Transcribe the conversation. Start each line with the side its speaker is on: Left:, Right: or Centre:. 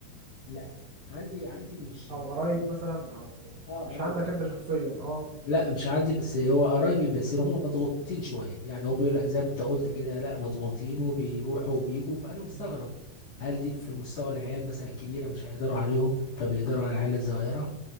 Left: لا عندي عندي مش
Right: او قرايب مثلا او
Left: اه
Right: مش
Left: قرايبي
Right: عندك انت شخصيا اه
Left: لا مش عندي بس هو قرايبي بس هم مضغوطين شويه يعني هو بيقول لك زي ما انت قلت كده لا مضغوطين وبيروحوا
Right: مم.
Left: وبيجوا فانا مستغرب
Right: مم.
Left: هل دي في مستوى العيال مثلا الكبيره مش هيقدروا عليهم فبيقدروا على العيال الصغيره